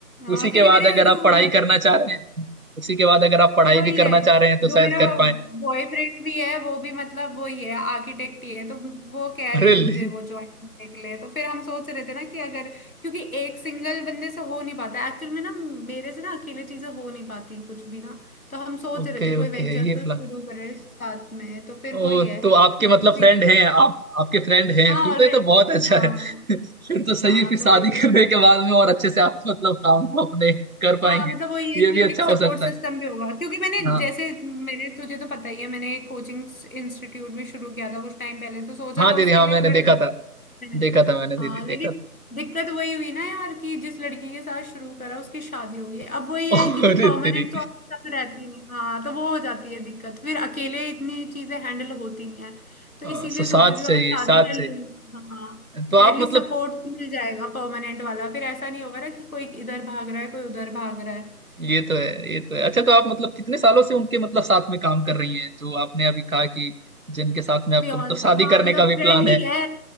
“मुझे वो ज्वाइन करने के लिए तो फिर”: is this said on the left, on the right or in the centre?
Left